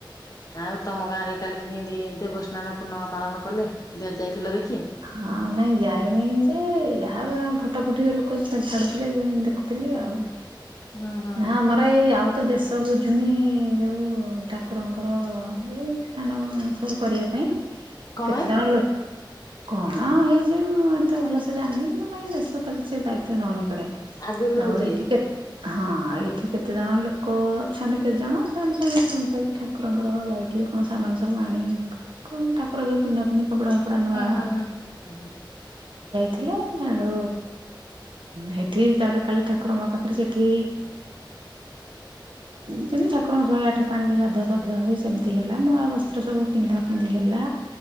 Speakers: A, on the left (about 45°); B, on the right (about 75°).
A: ଆଉ ତମ ଗାଁ ରେ କାଲି କିନ୍ତି ଦେବସ୍ନାନ ପୂର୍ଣ୍ଣିମା ପାଳନ କଲେ ଯାଇଥିଲ ଦେଖି?
B: ହଁ ନାଇଁ ଯାଇନି ଯେ ଯାହା ଫଟୋଫୁଟି ଲୋକ ଛାଡୁଥିଲେ ଦେଖୁଥିଲି ଆଉ
A: ହୁଁ ହୁଁ।
B: ହଁ ଆମର ଏଇ ଆଉ ତ ଦେଶ ତ ବୁଝୁନି ଯେଉଁ ଠାକୁରଙ୍କର ଏ ସ୍ନାନ ସବୁ କରିବା ପାଇଁ
A: କଣ
B: କେତେ
A: ପାଇଁ
B: ଜଣ ଲ କଣ ହେଇଛି ମୁଁ ଏତେ ଭଲସେ ଜାଣିନି କିନ୍ତୁ ନାଇଁ ଦେଶ ବିଷୟରେ ତ କିଛି ଦାୟିତ୍ଵ ନଉନି ଏପଟେ
A: ଆଗରୁ ନଉଥିଲେ?
B: ଆଉ ଏଇଠି କେତେ ହଁ ଆଉ ଏଇଠି କେତେଜଣ ଲୋକ ଅଛନ୍ତି କେତେ ଜଣ ସେମାନେ ମିଶ ମିଶାଇକି ଠାକୁରଙ୍କର ଯାଇଥିଲେ କଣ ସାମା ନ ସବୁ ଆଣି କଣ ଠାକୁର ଯୋଉ ପିନ୍ଧାପିନ୍ଧି କପଡା ଫପଡା ନୂଆ
A: ହଁ ନା ହଁ
B: ଥିଲା ଆଡୁ ସେଠି ତାପରେ କାଲି ଠାକୁରଙ୍କ ପାଖରେ ସେଠି ଯେମିତି ଠାକୁରଙ୍କୁ ଶହେ ଆଠ ପାଣିରେ ଗାଧୁଆ ପଧୁଆ ହୁଏ ସେମିତି ହେଲା ନୂଆ ବସ୍ତ୍ର ସବୁ ପିନ୍ଧା ପିନ୍ଧି ହେଲା